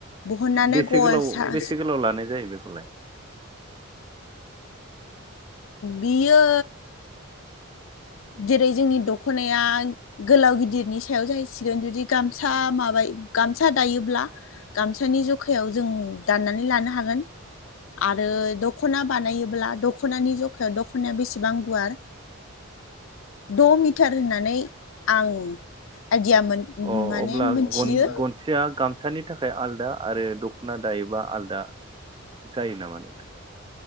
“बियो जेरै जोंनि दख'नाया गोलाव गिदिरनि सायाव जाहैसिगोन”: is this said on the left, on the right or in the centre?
Left